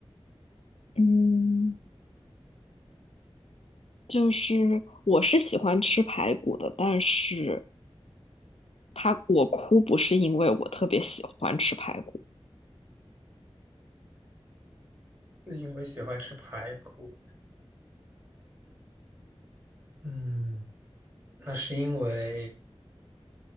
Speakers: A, on the left; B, on the right.
A: 嗯，就是我是喜欢吃排骨的，但是他我哭不是因为我特别喜欢吃排骨。
B: 是因为喜欢吃排骨。嗯，那是因为，